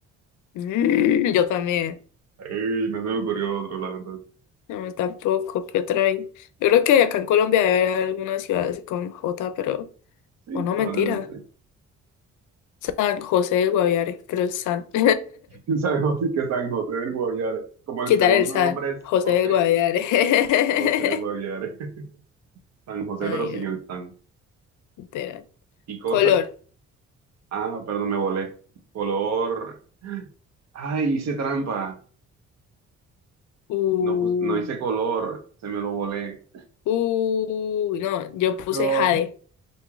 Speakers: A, on the left; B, on the right.
A: Mm, yo también.
B: Ey, no se me ocurrió otro, la verdad.
A: No, yo tampoco. ¿Qué otra hay? Yo creo que acá en Colombia debe haber algunas ciudades con J, pero...
B: Sí,
A: O no,
B: probablemente.
A: mentira. San José del Guaviare. Pero es San. <laughs>
B: <laughs> San José, que San José del Guaviare. Como el
A: Quitar
B: segundo
A: el San.
B: nombre es
A: José
B: José,
A: del Guaviare.
B: José del Guaviare. <laughs> San José,
A: <laughs> Ay,
B: pero sin
A: no.
B: el tan.
A: Literal.
B: ¿Y cosa?
A: Color.
B: Ah, no, perdón, me volé. Color. Ay, hice trampa.
A: Uh,
B: No, pus- no hice color, se me lo volé.
A: uh, no, yo puse
B: No.
A: jade.